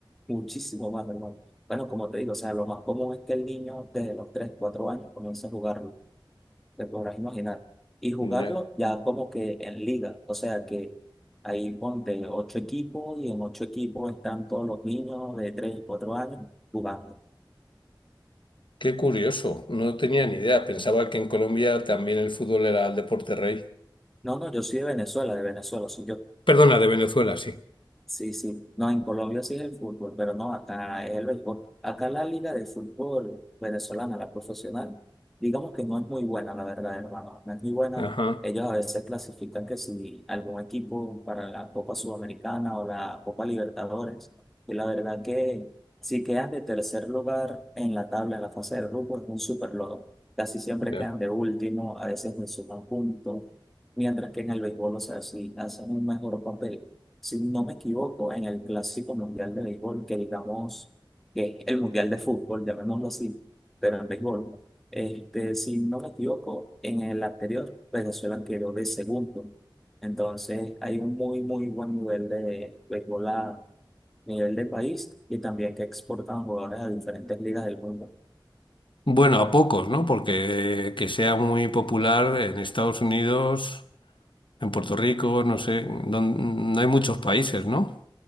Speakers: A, in the centre; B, on the left.
A: muchísimo más, hermano. Bueno, como te digo, o sea, lo más común es que el niño desde los tres, cuatro años comience a jugarlo te podrás imaginar. Y jugarlo
B: Ya.
A: ya como que en liga, o sea que ahí ponte ocho equipos y en ocho equipos están todos los niños de tres, cuatro años jugando.
B: Qué curioso. No tenía ni idea. Pensaba que en Colombia también el fútbol era el deporte rey.
A: No, no, yo soy de Venezuela, de Venezuela, soy yo.
B: Perdona, de Venezuela, sí.
A: Sí, sí. No, en Colombia sí es el fútbol, pero no, acá es el béisbol. Acá la liga de fútbol venezolana, la profesional, digamos que no es muy buena, la verdad, hermano. No es muy buena.
B: Ajá.
A: Ellos a veces clasifican que si algún equipo para la Copa Sudamericana o la Copa Libertadores, y la verdad que si quedan de tercer lugar en la tabla, en la fase de grupo, es un súper logro. Casi siempre
B: ya.
A: quedan de último, a veces ni suman puntos, mientras que en el béisbol, o sea, sí hacen un mejor papel si no me equivoco, en el Clásico Mundial de Béisbol, que digamos que es el Mundial de Fútbol, llamémoslo así, pero en béisbol, este, si no me equivoco, en el anterior Venezuela quedó de segundo. Entonces hay un muy, muy buen nivel de béisbol a nivel de país y también que exportan jugadores a diferentes ligas del mundo.
B: Bueno, a pocos, ¿no? Porque eh, que sea muy popular en Estados Unidos, en Puerto Rico, no sé, don- no hay muchos países, ¿no?